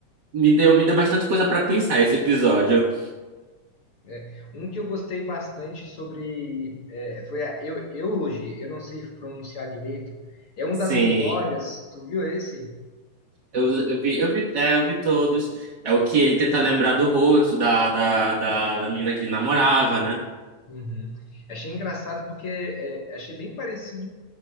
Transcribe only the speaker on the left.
É, um que eu gostei bastante sobre. é, foi a eu, Eulogy, eu não sei pronunciar direito. É um
das memórias. Tu viu esse?
Uhum. Achei engraçado porque é, achei bem parecido.